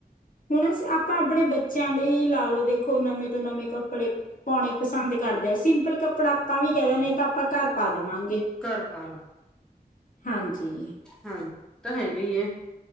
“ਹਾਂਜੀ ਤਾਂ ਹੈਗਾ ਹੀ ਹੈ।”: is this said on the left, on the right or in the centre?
Centre